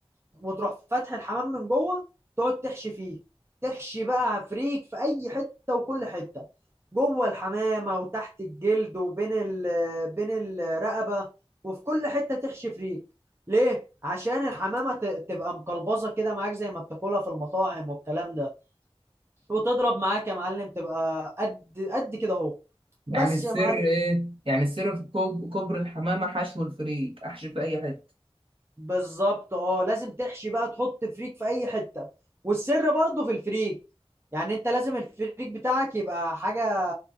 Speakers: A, on the right; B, on the right.
A: وتروح فاتح الحمام من جوه تقعد تحشي فيه تحشي بقى فريك في اي حته وكل حته جوه الحمامه وتحت الجلد وبين ال بين الرقبه وفي كل حته تحشي فريك ليه؟ عشان الحمامه ت- تبقى مقلبظه كده معاك زي ما بتاكلها في المطاعم والكلام ده وتضرب معاك يا معلم تبقى قد قد كده اهو
B: يعني
A: بس
B: السر
A: يا معلم
B: ايه يعني السر في كوب- كوبري الحمامة حشو الفريك احشي في اي حتة
A: بالظبط اه لازم تحشي بقى تحط فريك في اي حته والسر برضه في الفريك يعني انت لازم الفريك بتاعك يبقى حاجه